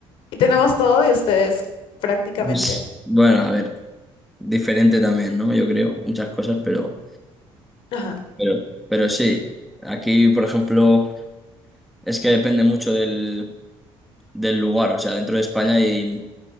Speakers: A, on the left; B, in the centre.
A: y tenemos todo de ustedes prácticamente.
B: Es- Bueno, a ver, diferente también, ¿no? Yo creo, muchas cosas, pero,
A: Ajá,
B: pero, pero sí. Aquí, por ejemplo, es que depende mucho del, del lugar. O sea, dentro de España hay